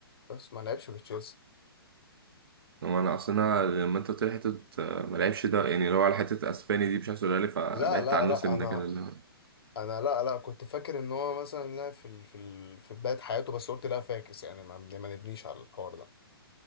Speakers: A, on the left; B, on the right.
A: بس ما لعبش في تشيلسي
B: هو انا اصلا أنا لما انت قلت لي حته آه، ما لعبش ده يعني اللي هو على حته اسباني دي مش عايز تقولها لي فبعدت
A: لا لا
B: عنه
A: لا
B: سنه
A: انا
B: كده اللي هو
A: انا لا لا كنت فاكر ان هو مثلا لا في ال... في ال... في بداية حياته بس قلت لا فاكس يعني ما, ما نبنيش على الحوار ده